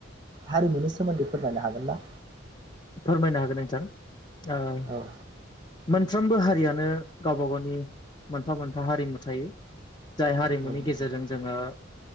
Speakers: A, on the right (about 25°); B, on the left (about 20°).
A: हारिमुनि स सोमोन्दै फोरमायनो हागोन ना?
B: फोरमायनो हागोन नोंथां ।
A: औ
B: मोनफ्रोमबो हारियानो गावबा गावनि मोनफा मोनफा हारिमु थायो जाय हारिमुनि
A: औ नोंथां
B: गेजेरजों जोङो